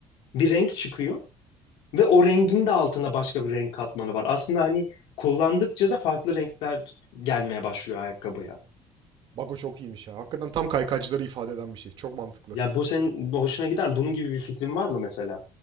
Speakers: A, on the left; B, on the right.
A: bir renk çıkıyor ve o rengin de altında başka bir renk katmanı var. Aslında hani kullandıkça da farklı renkler gelmeye başlıyor ayakkabıya.
B: Bak o çok iyiymiş ya. Hakikaten tam kaykaycıları ifade eden bir şey. Çok mantıklı.
A: Ya bu senin hoşuna gider. Bunun gibi bir fikrin var mı mesela?